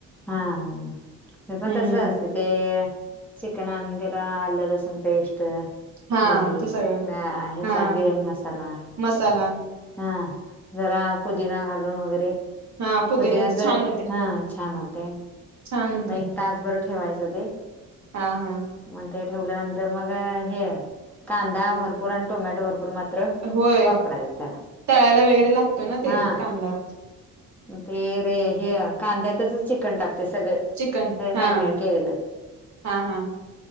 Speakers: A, in the centre; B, on the right.
A: हा हा मी पण
B: हम्म
A: तसच ते चिकन आणून तिला आलं लसूण पेस्ट
B: हा
A: दही
B: ते सगळं
A: आ ह्याचा
B: हा
A: बिर्याणी मसाला.
B: मसाला
A: हा जरा पुदिना घालून वगैरे.
B: हा
A: पुदिन्याच हा
B: छान होते
A: छान होतंय. मग
B: छान होते
A: एक तास भर ठेवायचं ते.
B: हा हा.
A: मग ते ठेवल्यानंतर मग हे कांदा भरपूर आणि टोमॅटो भरपूर मात्र
B: व्हय
A: वापरायचं त्याला.
B: तळायला वगैरे लागतोय ना ते
A: हां.
B: कांदा
A: ते रे हे कांद्यातच चिकन टाकते सगळं
B: चिकन हा
A: मॅगिनेट केलेलं
B: हा हा.